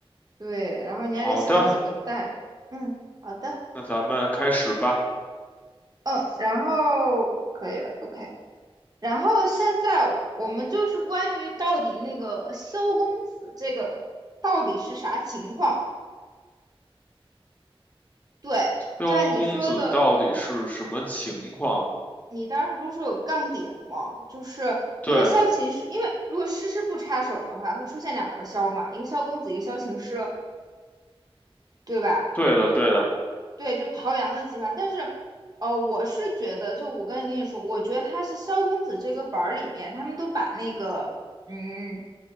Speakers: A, on the right (about 40°); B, on the left (about 15°).
A: 对，然后你还得想怎么带。
B: 好的，
A: 嗯，好的，
B: 那咱们开始吧。
A: 嗯，然后可以了，OK。然后现在我们就是关于到底那个萧公子这个到底是啥情况？对，
B: 萧公子到底是什么情况？
A: 就像你说的。你当时不是说有杠点吗？就是因为萧琴师，
B: 对，
A: 因为如果诗诗不插手的话，会出现两个萧嘛，一个萧公子，一个萧琴师，对吧？
B: 对的，对的。
A: 对，就陶阳的计划。但是，呃，我是觉得，就我刚才跟你说，我觉得他是萧公子这个本儿里面，他们都把那个，嗯，